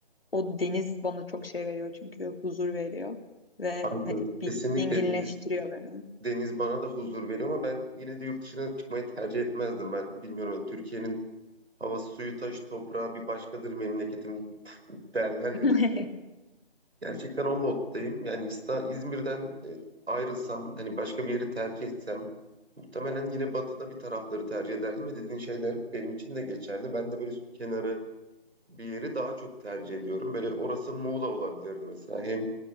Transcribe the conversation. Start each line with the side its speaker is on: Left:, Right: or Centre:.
Left: O deniz bana çok şey veriyor çünkü huzur veriyor. Ve
Right: Ankara
Left: hani bir
Right: kesinlikle
Left: dinginleştiriyor
Right: deniz
Left: beni.
Right: Deniz bana da huzur veriyor ama ben yine de yurt dışına çıkmayı tercih etmezdim. Ben bilmiyorum hani Türkiye'nin havası, suyu, taşı, toprağı bir başkadır memleketim derler ya.
Left: <laughs>
Right: Gerçekten o moddayım. Yani İsta- İzmir'den e, ayrılsam hani başka bir yeri tercih etsem muhtemelen yine batıda bir tarafları tercih ederdim ve dediğin şeyler benim için de geçerli. Ben de böyle su kenarı bir yeri daha çok tercih ediyorum. Böyle orası Muğla olabilirdi mesela. Hem